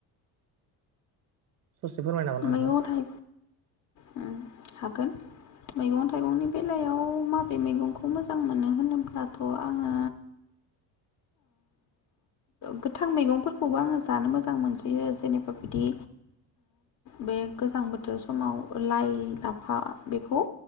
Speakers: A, on the right (about 45°); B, on the left (about 45°).
A: ससे फोरमायनो हागोन ना
B: मैगं
A: नोंथां?
B: थाइ उम हागोन मैगं थाइगंनि बेलायाव माबे मैगंखौ मोजां मोनो होनोब्लाथ' आङो गोथां मैगंफोरखौबो आङो जानो मोजां मोनसोयो जेनेबा बिदि बे गोजां बोथोर समाव लाइ लाफा बेखौ